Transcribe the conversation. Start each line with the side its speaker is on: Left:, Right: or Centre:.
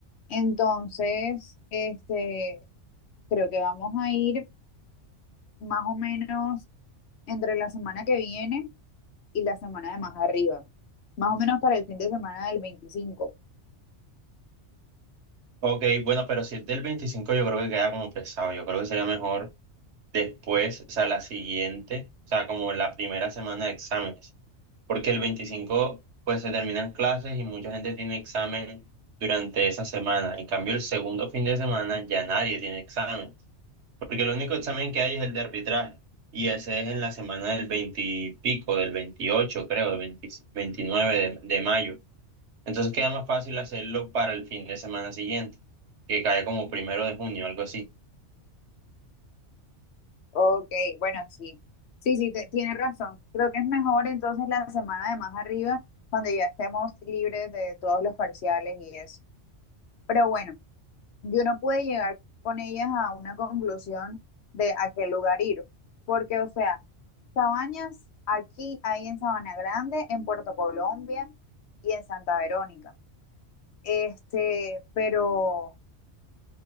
Left: Entonces, este, creo que vamos a ir más o menos entre la semana que viene y la semana de más arriba, más o menos para el fin de semana del veinticinco
Right: Ok, bueno, pero si es del 25 yo creo que queda como pesado. Yo creo que sería mejor después, o sea, la siguiente, o sea, como la primera semana de exámenes. Porque el 25 pues se terminan clases y mucha gente tiene examen durante esa semana. En cambio, el segundo fin de semana ya nadie tiene examen. Porque el único examen que hay es el de arbitraje. Y ese es en la semana del 20 y pico, del 28, creo, del 20 29 de, de mayo. Entonces queda más fácil hacerlo para el fin de semana siguiente, que cae como primero de junio, algo así.
Left: Ok, bueno, sí. Sí, sí, te- tienes razón. Creo que es mejor entonces la semana de más arriba, donde ya estemos libres de todos los parciales y eso. Pero bueno, yo no pude llegar con ellas a una conclusión de a qué lugar ir, porque, o sea, cabañas aquí hay en Sabana Grande, en Puerto Colombia y en Santa Verónica. Este, pero,